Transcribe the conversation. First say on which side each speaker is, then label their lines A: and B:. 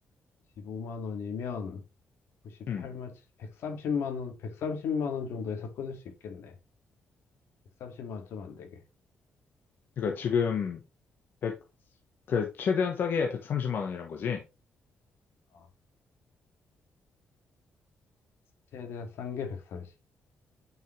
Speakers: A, on the left; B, on the left.
A: 15만 원이면 98만,
B: 음.
A: 130만 원, 130만 원 정도에서 끊을 수 있겠네. 130만 원 좀 안 되게.
B: 그러니까 지금 백, 그, 최대한 싸게 야 130만 원이란 거지?
A: 어, 최대한 싼 게 130.